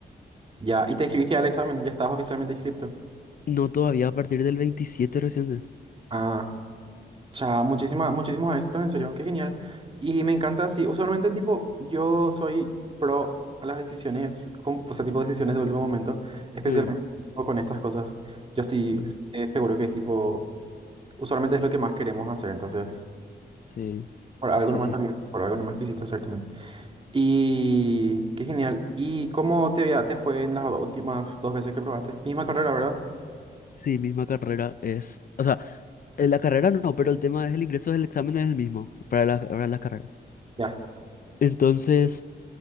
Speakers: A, on the right; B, on the left.
A: Ya, ¿y te inscribiste al examen? ¿Ya estás oficialmente inscrito?
B: No todavía a partir del 27 recién. es.
A: Ah. O sea, muchísima- muchísimos éxitos, en serio, qué genial. Y me encanta así, usualmente tipo, yo soy pro a las decisiones, con- o sea, tipo decisiones de último momento, especialmente
B: Ah,
A: tipo, con estas cosas. Yo estoy
B: ujú.
A: eh, seguro que tipo, usualmente es lo que más queremos hacer, entonces,
B: Sí,
A: por algo
B: sí,
A: nomás
B: sí.
A: también,
B: Sí,
A: por algo nomás quisiste hacer también. Y qué genial. ¿Y cómo te, vea- te fue en las do- últimas dos veces que probaste? Misma carrera, ¿verdad?
B: Sí, misma carrera es, o sea, En la carrera no, pero el tema es el ingreso del examen es el mismo para las, para las carreras.
A: Ya,
B: Entonces,